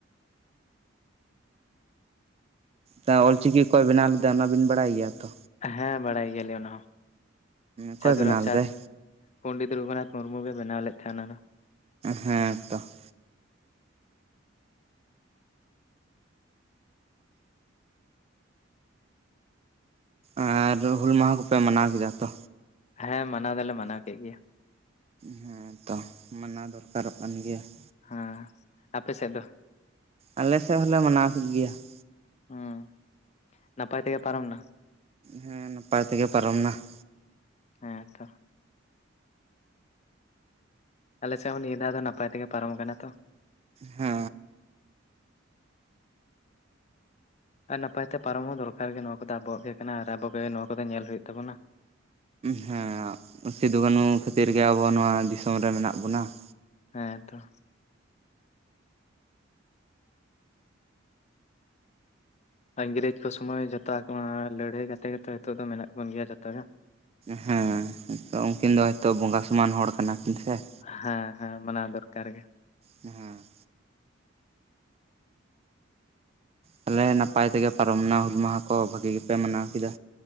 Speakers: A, on the right (about 30°); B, on the left (about 35°).
A: ᱫᱟ ᱚᱞ ᱪᱤᱠᱤ ᱚᱠᱚᱭ ᱵᱮᱱᱟᱣ ᱞᱮᱫᱟ ᱚᱱᱟᱵᱤᱱ ᱵᱟᱲᱟᱭ ᱜᱮᱭᱟ ᱛᱚ?
B: ᱦᱮᱸ ᱵᱟᱲᱟᱭ ᱜᱮᱭᱟᱞᱮ ᱚᱱᱟ ᱦᱚᱸ
A: ᱚᱠᱚᱭ
B: ᱥᱟᱹᱫᱷᱩ
A: ᱵᱮᱱᱟᱣ
B: ᱨᱟᱢᱪᱟᱸᱫᱽ
A: ᱞᱮᱫᱟᱭ?
B: ᱾ ᱯᱚᱱᱰᱤᱛ ᱨᱚᱜᱷᱩᱱᱟᱛᱷ ᱢᱩᱨᱢᱩ ᱜᱮ ᱵᱮᱱᱟᱣ ᱞᱮᱫ ᱛᱟᱦᱮᱱᱟ ᱚᱱᱟ ᱾
A: ᱦᱮᱸ ᱛᱚ ᱾ ᱟᱨ ᱦᱩᱞ ᱢᱟᱦᱟ ᱠᱚᱯᱮ ᱢᱟᱱᱟᱣ ᱠᱮᱫᱟ ᱛᱚ?
B: ᱦᱮᱸ ᱢᱟᱱᱟᱣ ᱫᱚᱞᱮ ᱢᱟᱱᱟᱣ ᱠᱮᱜ ᱜᱮᱭᱟ ᱾
A: ᱦᱮᱸ ᱛᱚ ᱢᱟᱱᱟᱣ ᱫᱚᱨᱠᱟᱨᱚᱜ ᱠᱟᱱ ᱜᱮᱭᱟ ᱾
B: ᱦᱮᱸ ᱟᱯᱮ ᱥᱮᱫ ᱫᱚ ᱼᱼ
A: ᱟᱞᱮ ᱥᱮᱫ ᱦᱚᱞᱮ ᱢᱟᱱᱟᱣ ᱠᱮᱫ ᱜᱮᱭᱟ ᱾
B: ᱦᱚᱸ ᱱᱟᱯᱟᱭ ᱛᱮᱜᱮ ᱯᱟᱨᱚᱢ ᱱᱟ?
A: ᱦᱮᱸ ᱱᱟᱯᱟᱭ ᱛᱮᱜᱮ ᱯᱟᱨᱚᱢ ᱱᱟ ᱾
B: ᱦᱮᱸ ᱛᱚ ᱾ ᱟᱞᱮᱥᱮᱜ ᱦᱚᱸ ᱱᱤᱭᱟᱹ ᱫᱷᱟᱣ ᱫᱚ ᱱᱟᱯᱟᱭ ᱛᱮᱜᱮ ᱯᱟᱨᱚᱢ ᱠᱟᱱᱟ ᱛᱚ ᱾
A: ᱦᱮᱸ ᱾
B: ᱟᱨ ᱱᱟᱯᱟᱭ ᱛᱮ ᱯᱟᱨᱚᱢ ᱦᱚᱸ ᱫᱚᱨᱠᱟᱨ ᱜᱮ ᱱᱚᱣᱟ ᱠᱚᱫᱚ ᱟᱵᱚᱣᱟᱜ ᱜᱮ ᱠᱟᱱᱟ ᱟᱨ ᱟᱵᱚ ᱠᱚ ᱜᱮ ᱱᱚᱣᱟ ᱠᱚᱫᱚ ᱧᱮᱞ ᱦᱩᱭᱩᱜ ᱛᱟᱵᱚᱱᱟ ᱾
A: ᱦᱮᱸ ᱥᱤᱫᱩ ᱠᱟᱹᱱᱩ ᱠᱷᱟᱹᱛᱤᱨ ᱜᱮ ᱟᱵᱚ ᱟᱜ ᱱᱚᱣᱟ ᱫᱤᱥᱚᱢ ᱨᱮ ᱢᱮᱱᱟᱜ ᱵᱚᱱᱟ ᱾
B: ᱦᱮᱸ ᱛᱚ ᱾ ᱤᱝᱨᱮᱡᱽ ᱠᱚ ᱥᱚᱢᱚᱭ ᱡᱚᱛᱚ ᱞᱟᱹᱲᱦᱟᱹᱭ ᱠᱟᱛᱮ ᱜᱮᱛᱚ ᱱᱤᱛᱚᱜ ᱫᱚ ᱢᱮᱱᱟᱜ ᱵᱚᱱ ᱜᱮᱭᱟ ᱡᱚᱛᱚ ᱜᱮ ᱾
A: ᱦᱮᱸ ᱾ ᱛᱚ ᱩᱱᱠᱤᱱ ᱫᱚ ᱦᱚᱭᱛᱚ ᱵᱚᱸᱜᱟ ᱥᱚᱢᱟᱱ ᱦᱚᱲ ᱠᱟᱱᱟ ᱠᱤᱱ ᱥᱮ ᱾
B: ᱦᱮᱸ ᱦᱮᱸ ᱢᱟᱱᱟᱣ ᱫᱚᱨᱠᱟᱨ ᱜᱮ ᱾
A: ᱦᱮᱸ ᱛᱟᱞᱮ ᱱᱟᱯᱟᱭ ᱛᱮᱜᱮ ᱯᱟᱨᱚᱢᱱᱟ ᱦᱩᱞ ᱢᱟᱦᱟ ᱠᱚ ᱵᱷᱟᱹᱜᱤ ᱜᱮᱯᱮ ᱢᱟᱱᱟᱣ ᱠᱮᱫᱟ᱾